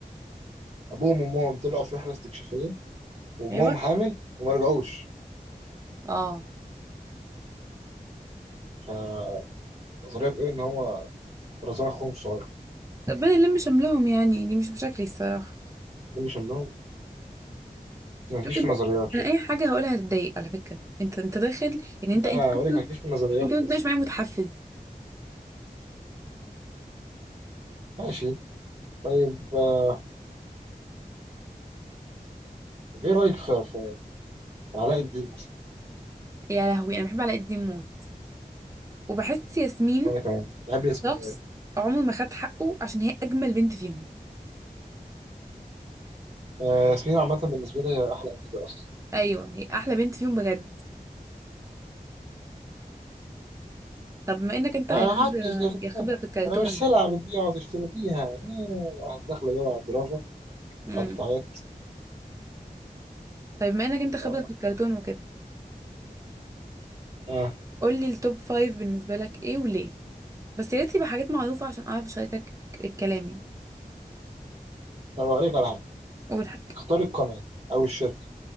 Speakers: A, on the right (about 40°); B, on the right (about 20°).
A: ابوهم وامهم طلعوا في رحله استكشافيه وامهم
B: ايوه
A: حامل وما رجعوش
B: اه
A: فالنظريه بتقول ان هو رزان اخوهم الصغير
B: ربنا يلم شملهم يعني دي مش مشاكلي الصراحه
A: ده مش لهم ما تجيش
B: شوف انت
A: في النظريات شكل
B: انا اي حاجه هقولها هتضايق على فكره انت انت داخل يعني
A: لا
B: انت انت اصلا
A: وليك ما تجيش في النظريات
B: انت ما تبقاش
A: بس
B: معايا متحفز
A: ماشي طيب آه، طب ايه رايك في في, في علاء الدين مثلا
B: يا لهوي انا بحب علاء الدين موت وبحس ياسمين
A: انا كمان بحب ياسمين
B: شخص
A: أوي.
B: عمره ما خد حقه عشان هي اجمل بنت فيهم
A: آه، ياسمين عامه بالنسبه لي هي احلى اميره اصلا
B: ايوه هي احلى بنت فيهم بجد طب ما انك انت
A: آه،
B: يا خبره
A: محدش ياخدها
B: يا خبره في الكرتون
A: انا مش سلعه بتبيع وتشتري فيها آه، واحد داخله جوه عند رافا
B: امم
A: قاعده تعيط
B: طيب ما انك انت خبره
A: اه
B: في الكرتون وكده
A: آه،
B: قول لي التوب فايف بالنسبه لك ايه وليه بس يا ريت يبقى حاجات معروفه عشان اعرف اشاركك الكلام يعني
A: طب اوريك على حاجه
B: اول حاجه
A: اختاري القناه او الشركه